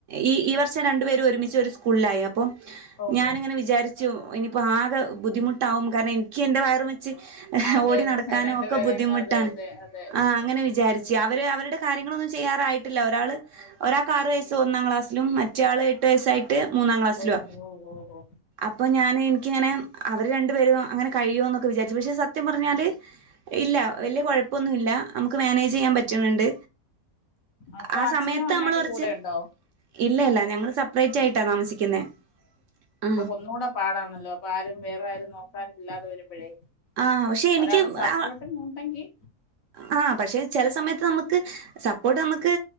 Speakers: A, on the right; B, on the left.
A: ഈ ഈ വർഷം രണ്ടുപേര ഒരുമിച്ച് ഒരു സ്കൂളിലായി അപ്പോം അപ്പം
B: ഓഹോ
A: ഞാനിങ്ങനെ വിചാരിച്ചു ഇനിയിപ്പോൾ ആകെ ബുദ്ധിമുട്ടാവും കാരണം എന്റെ വയർ വച്ച്
B: അതെ
A: ഓടി നടക്കാനും
B: രണ്ടുപേരെന്ന്
A: ഒക്കെ ബുദ്ധിമുട്ടാണ്
B: അതെ അതെ അതെ
A: ആ അങ്ങനെ വിചാരിച്ചു അവര് അവരുടെ കാര്യങ്ങളൊന്നും ചെയ്യാറായിട്ടില്ല ഒരാൾ ഒരാൾക്ക് ആറ് വയസ്സ് ഒന്നാം ക്ലാസിലും മറ്റാൾ എട്ട് വയസ്സായിട്ട് മൂന്നാം ക്ലാസ്സില
B: ഓ ഓ ഓ ഓ
A: അപ്പൊ ഞാൻ എനിക്കിങ്ങനെ അവര് രണ്ടു പേര അങ്ങനെ കഴിയോ എന്നൊക്കെ വിചാരിച്ചു പക്ഷെ സത്യം പറഞ്ഞാല് ഇല്ല ഇല്ല വലിയ കുഴപ്പൊന്നുമല്ല നമുക്ക് മാനേജ് ചെയ്യാൻ പറ്റുന്നുണ്ട്
B: അപ്പൊ
A: ആ
B: അച്ഛനും
A: സമയത്ത്
B: അമ്മയൊക്കെ
A: നമ്മള് കുറച്ച്
B: കൂടെ ഉണ്ടോ
A: ഇല്ല ഇല്ല ഞങ്ങൾ സെപ്പറേറ്റ് ആയിട്ടാ താമസിക്കുന്നത് ആ
B: ഒന്നൂടെ പാടാണല്ലോ അപ്പ ആരും വേറെ ആരും നോക്കാ ഇില്ലാതെ വരുമ്പോഴേ
A: ആഹ് പക്ഷെ എനിക്ക്
B: ഒരാള് സപ്പോർട്ട് ഉണ്ടെങ്കിൽ
A: ആ പക്ഷെ ചില സമയത്ത് നമുക്ക് സപ്പോർട്ട് നമുക്ക്